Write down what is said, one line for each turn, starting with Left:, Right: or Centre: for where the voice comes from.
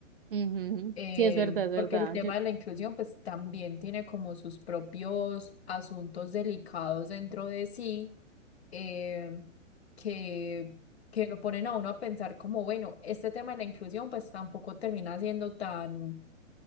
Right: Ujú.
Left: Eh,
Right: Sí, es verdad, es verdad.
Left: porque el tema
Right: Yo,
Left: de la inclusión pues también tiene como sus propios asuntos delicados dentro de sí eh, que, que lo ponen a uno a pensar como, bueno, este tema de la inclusión pues tampoco termina siendo tan,